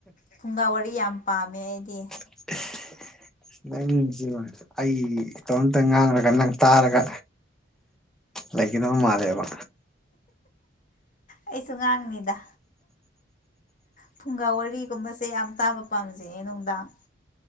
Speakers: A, on the left; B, in the centre.
A: ꯐꯨꯡꯒꯥ ꯋꯥꯔꯤ ꯌꯥꯝ ꯄꯥꯝꯃꯦ ꯑꯩꯗꯤ
B: ꯢꯁ ꯅꯪꯖꯤꯃ ꯑꯩ ꯢꯇꯣꯝꯇ ꯉꯥꯡꯂꯒ ꯅꯪ ꯇꯥꯔꯒ ꯂꯩꯒꯗꯕ ꯃꯥꯂꯦꯕ
A: ꯑꯩꯁꯨ ꯉꯥꯡꯅꯤꯗ ꯐꯨꯡꯒꯥ ꯋꯥꯔꯤꯒꯨꯝꯕꯁꯦ ꯌꯥꯝ ꯇꯥꯕ ꯄꯥꯝꯖꯩꯌꯦ ꯅꯨꯡꯗꯥꯡ